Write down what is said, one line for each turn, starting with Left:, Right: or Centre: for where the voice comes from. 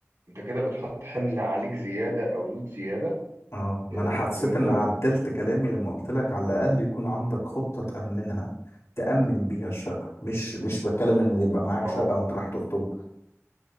Right: انت كده بتحط حمل عليك زيادة او لود زيادة
Left: اه ما
Right: آه،
Left: انا حسيت
Right: وانت
Left: ان عدلت كلامي لما قلت لك على الاقل يكون عندك خطة تأمنها تأمن بيها الشقة مش مش بتكلم ان يبقى معاك
Right: ما
Left: شقة
Right: هو
Left: وانت رايح تخطب